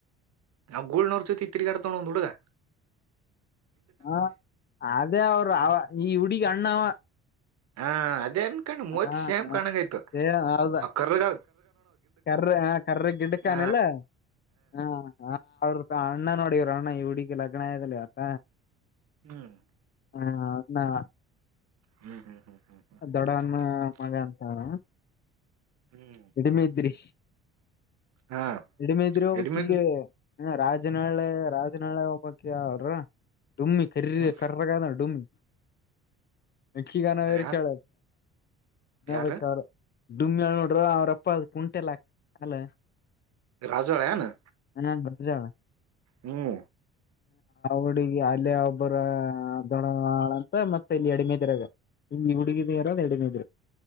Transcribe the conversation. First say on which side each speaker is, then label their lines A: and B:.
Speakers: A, on the right; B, on the left.
A: ಆ ಗೋಲ್ ನೋರ್ಚೋ ಇ ತಿರಿ ಕಾಡ ತೋಣ ಹೊಂದುಡಗ
B: ಹಾ ಅದೇ ಅವರು ಅವ ಈ ಹುಡಗ ಅಣ್ಣವ
A: ಹಾ ಅದೇ ಅನ್ಕಂಡು ಮೂವತ್
B: ಹ
A: ಶೇಮ್
B: ಹ
A: ಕಾಣಂಗಯ್ತು
B: ಸೇ ಹೌದ
A: ಅಕ್ಕರ್ಗ
B: ಕರ್ರ ಹ ಕರ್ರ ಗಿಡ್ಡ ಕಾನಿಲ್ಲ
A: ಹ
B: ಹ ಅವ ಅಣ್ಣ ನೋಡವ್ರರು ಅಣ್ಣ ಈ ಹುಡಗಿ ಲಗ್ನ ಆಯಲಿ ಆತ
A: ಹ್ಮ್
B: ಹಾ
A: ಹ್ಮ್ ಹ್ಮ್ ಹ್ಮ್ ಹ್ಮ್ ಹ್ಮ್
B: ದೊಡ್ಡವನ
A: <unintelligible>
B: ಮಗ ಅಂತಾರ
A: ಹ್ಮ್
B: ಕಡಿಮೆ ಇದ್ರಿ
A: ಹಾ
B: ಇಡಮ ಎದುರಾ
A: ಎಡಿಮೇದ
B: ವಕ್ಕಿಲ್ಲ ಇ ರಾಜನಹಳೆ ರಾಜನಾಹಳೆ ಹಬ್ಬಕ ಯ್ರ ಡುಮ್ಮಿ ಕರ
A: ಹ್ಮ್
B: ಕರ್ರಗದ ಡುಮ್ಮಿ ಕ್ಕಿ ಗಾನ ಅವರು
A: ಯ
B: ಕೇಳ ನ
A: ಯಾರ
B: ಬ ಅವ್ರ ಡುಮ್ಯಾಳ ನೋಡ್ರ ಅವ್ರಪ್ಪ ಅದ ಕುಂಟೆ ಎಲ್ಲ ಹಾಕ್ಲ
A: ರಾಜಳನು
B: ಹಜಳ
A: ಹ್ಮ್
B: ಹುಡುಗಿ ಅಲ್ಲೇ ಒಬ್ಬರ ದೊಣಳ ಅಂತ ಮತ್ತ ಇಲ್ಲಿ ಎಡಿಮೆ ಇದಿರಾಗ ನಿಮ ಹುಡುಗಿದರ ಎರಡನ ಇದ್ರ